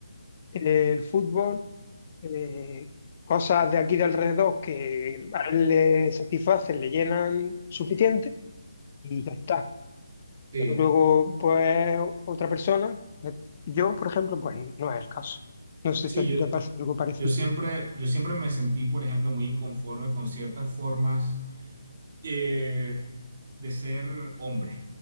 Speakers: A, on the left; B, on the right.
A: eh, el fútbol, eh, cosas de aquí de alrededor que a él le satisfacen, le llenan suficiente y ya está.
B: Sí,
A: Pero luego, pues, otra persona, eh, yo, por ejemplo, pues no es el caso. No sé
B: sí,
A: si a
B: yo,
A: ti te pasa algo parecido.
B: yo siempre, yo siempre me sentí, por ejemplo, muy inconforme con ciertas formas eh, de ser hombre,